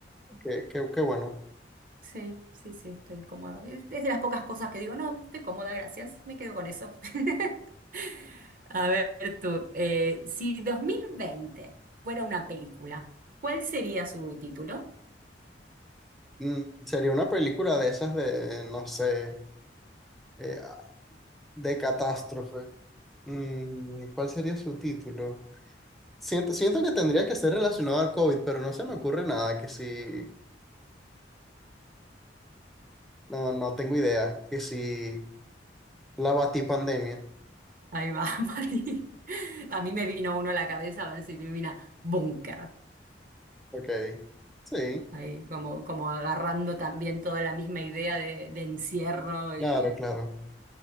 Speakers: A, in the centre; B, on the right (about 50°).
A: qué, qué- qué bueno.
B: Sí, sí, sí, estoy cómoda. Es es de las pocas cosas que digo, no, estoy cómoda, gracias, me quedo con eso. <laughs> A ver tú, eh, si 2020 fuera una película, ¿cuál sería su título?
A: Mm, sería una película de esas de, no sé, eh, ah, de catástrofe. Mm, ¿cuál sería su título? Siento, siento que tendría que ser relacionado al COVID, pero no se me ocurre nada que si... No, no tengo idea. Que si la batí pandemia.
B: Ahí va, <laughs> Mati. A mí me vino uno a la cabeza, a ver si te vino Búnker.
A: Ok. Sí,
B: Ahí como, como agarrando también toda la misma idea de, de encierro
A: claro,
B: y,
A: claro.